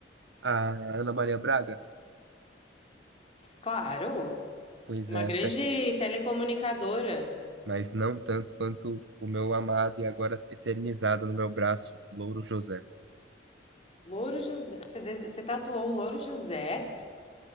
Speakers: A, on the right; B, on the left.
A: a Ana Maria Braga.
B: Claro,
A: Pois
B: uma
A: é,
B: grande
A: você
B: telecomunicadora.
A: mas não tanto quanto o meu amado e agora eternizado no meu braço, Louro José.
B: Louro José. Você, dese- você tatuou o Louro José?